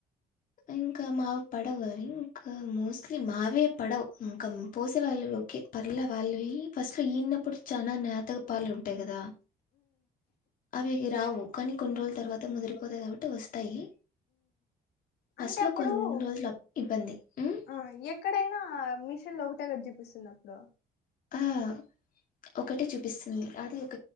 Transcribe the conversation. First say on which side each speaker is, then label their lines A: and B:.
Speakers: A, on the left (about 55°); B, on the left (about 75°).
A: ఇంక మా పడవ ఇంకా మోస్ట్లీ మావే పడవు ఇంక పోసేవాళ్ళు కే పర్లే వాళ్ళవి ఈ ఫస్ట్ ఈనినప్పుడు చానా నతగ పాలుం టే గదా అవి ఇ రావు కానీ కొన్ని రోజుల తర్వాత ముదిరిపోతాయి కాబట్ ట్టి వస్తాయి ఫస్ట్లో
B: అంటే అప్పుడు
A: కొన్ని
B: ఉ
A: రోజులు అప్ ఇబ్బంది ఉమ్,
B: అ ఎక్కడైనా ఆ మిషన్ లో ఒకటే కట్ చేపిస్తుంది అప్పుడో
A: ఆ అ ఒకటే చూపిస్తుంది అది ఒక